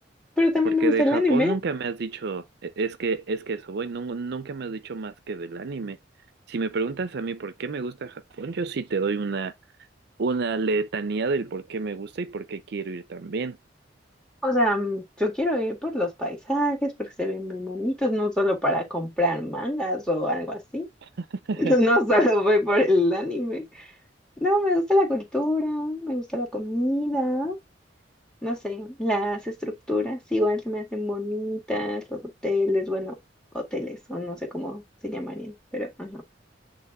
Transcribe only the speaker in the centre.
pero también
me gusta
el
anime.
O sea, mm, yo quiero ir por los paisajes, porque se ven muy bonitos, no solo para comprar mangas o algo así.
<laughs> No solo voy por el anime. No, me gusta la cultura, me gusta la comida. No sé, las estructuras igual se me hacen bonitas, los hoteles, bueno, hoteles o no sé cómo se llamarían, pero ajá.